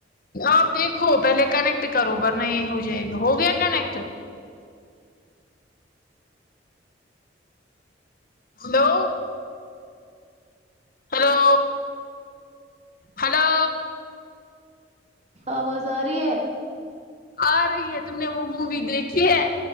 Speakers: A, on the left; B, on the right.
A: آپ دیکھو پہلے کنیکٹ کرو ورنہ یہ ہو جائے گا ہو گیا کنیکٹ ہیلو ہیلو ہیلو
B: آواز آرہی ہے
A: آ رہی ہے تم نے وہ مووی دیکھی ہے